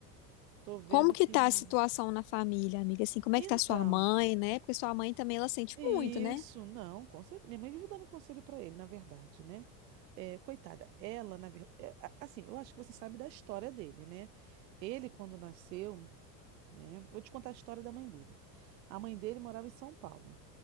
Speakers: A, on the right; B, on the left.
A: tô vendo
B: como que
A: que.
B: tá a situação na família, amiga? Assim, como
A: Então,
B: é que tá sua mãe, né? Porque sua mãe também, ela sente
A: isso,
B: muito, né?
A: não, com certeza. Minha mãe vive dando conselho para ele, na verdade, né? É, coitada, ela, na verdade. Assim, eu acho que você sabe da história dele, né? Ele, quando nasceu, né? Vou te contar a história da mãe dele. A mãe dele morava em São Paulo,